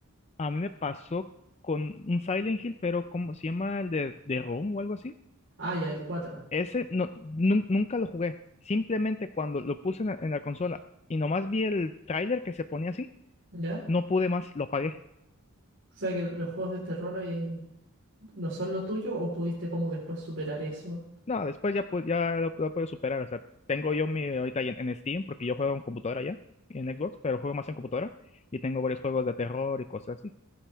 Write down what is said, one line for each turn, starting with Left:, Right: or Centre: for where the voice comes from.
Left: A mí me pasó con un Silent Hill, pero ¿cómo se llama? El de, de Room o algo así.
Right: Ah, ya, el cuatro
Left: Ese no, nun- nunca lo jugué. Simplemente cuando lo puse en la, en la consola y nomás vi el tráiler que se ponía así,
Right: ¿Ya?
Left: no pude más, lo apagué.
Right: O sea que los juegos de terror eh, no son lo tuyo o pudiste como después superar eso.
Left: No, después ya, pu- ya lo, lo puedo superar. O sea, tengo yo mi ahorita en, en Steam, porque yo juego en computadora ya, en Xbox, pero juego más en computadora y tengo varios juegos de terror y cosas así.